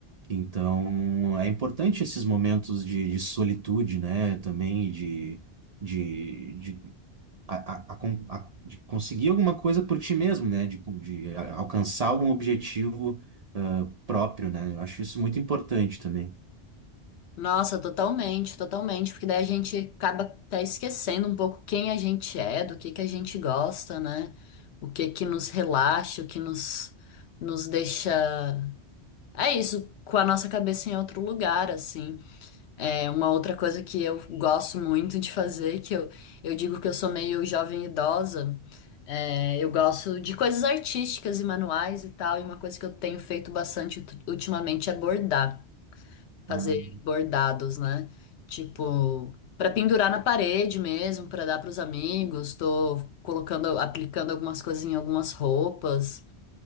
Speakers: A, on the right; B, on the left.
A: Então, é importante esses momentos de, de solitude, né? Também e de, de, de, a- a- a con- a- de conseguir alguma coisa por ti mesmo, né? De, de a- alcançar algum objetivo próprio, né? Eu acho isso muito importante também.
B: Nossa, totalmente, totalmente, porque daí a gente acaba até esquecendo um pouco quem a gente é, do que que a gente gosta, né? O que que nos relaxa, o que nos, nos deixa. É isso, com a nossa cabeça em outro lugar, assim. É uma outra coisa que eu gosto muito de fazer, que eu, eu digo que eu sou meio jovem idosa, é, eu gosto de coisas artísticas e manuais e tal, e uma coisa que eu tenho feito bastante ut- ultimamente é bordar, fazer
A: Ah,
B: bordados, né? Tipo, para pendurar na parede mesmo, para dar para os amigos, tô colocando, aplicando algumas coisas em algumas roupas.